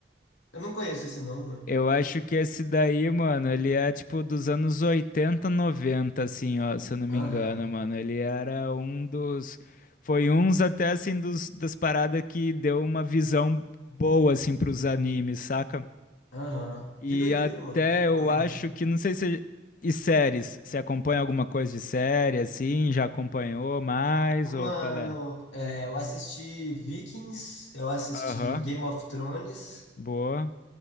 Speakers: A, on the left; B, on the left.
A: Eu não conheço esse não, mano.
B: Eu acho que esse daí, mano, ele é tipo dos anos 80, 90, assim, ó, se eu não me
A: Aham,
B: engano, mano. Ele era um dos. Foi uns até, assim, dos, das paradas que deu uma visão boa, assim, pros animes, saca?
A: aham.
B: E
A: Que doideira,
B: até
A: mano.
B: eu
A: <clears throat>
B: acho que, não sei se. E séries? Você acompanha alguma coisa de série, assim? Já acompanhou mais?
A: Mano,
B: Ou qual é?
A: é, eu assisti Vikings, eu assisti
B: Aham,
A: Game of Thrones,
B: boa.